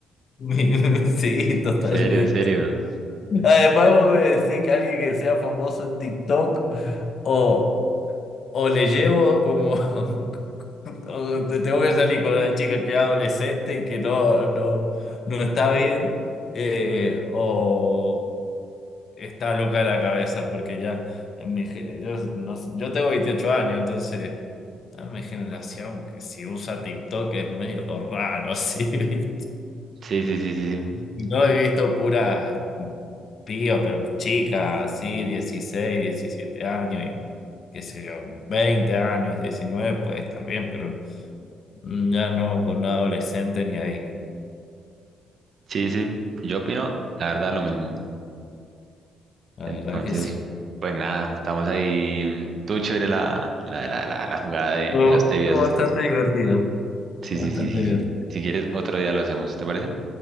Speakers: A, on the left; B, on the right.
A: <laughs> Mi- Sí, totalmente.
B: Serio, serio.
A: Además, vos me decís que alguien que sea famoso en TikTok o, o le llevo como, <laughs> o te tengo que salir con una chica que es adolescente y que no, no, no está bien, eh, o está loca de la cabeza, porque ya, en mi ge- yo, no sé, yo tengo 28 años, entonces, a mi generación, que si usa TikTok es medio raro, así, <laughs>
B: Sí, sí, sí, sí, sí.
A: No he visto puras pías, pero chicas, así, 16 17 años y qué sé yo, 20 años, 19 puede estar bien, pero ya no con un adolescente ni ahí.
B: Sí, sí. Yo opino, la verdad, lo mismo.
A: La
B: Entonces,
A: verdad que sí.
B: pues nada, estamos ahí. mm, Tú chévere la, la, la, la, la jugada de,
A: Estuvo
B: de las tebias
A: estuvo
B: estas.
A: bastante divertido,
B: Sí,
A: bastante
B: sí, sí, sí,
A: divertido.
B: sí. Si quieres, otro día lo hacemos, ¿te parece?